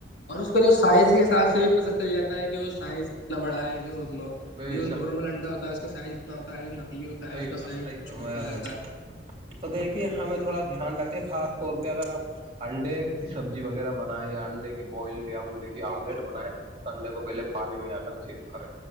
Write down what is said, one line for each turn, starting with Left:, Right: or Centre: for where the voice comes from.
Left: اور اس کا جو سائز کے حساب سے بھی پتہ چل جاتا ہے کہ وہ سائز کتنا بڑا ہے کہ ات
Right: ہیں بے
Left: جو نارمل
Right: شک بے
Left: انڈا
Right: شک
Left: ہوتا ہے اس کا سائز اتنا ہوتا ہے کہ نکلی ہوتا ہے
Right: بے
Left: اس کا
Right: شک
Left: سائز
Right: صحیح فرمایا
Left: چھوٹا ہو
Right: جناب
Left: جاتا ہے
Right: تو دیکھیے ہمیں تھوڑا دھیان رکھے خاص طور پہ اگر آپ انڈے کی سبزی وغیرہ بنائے یا انڈے کی بوائل یا انڈے کی آملیٹ بنائے تو انڈے کو پہے پانی میں آ کر چیک کریں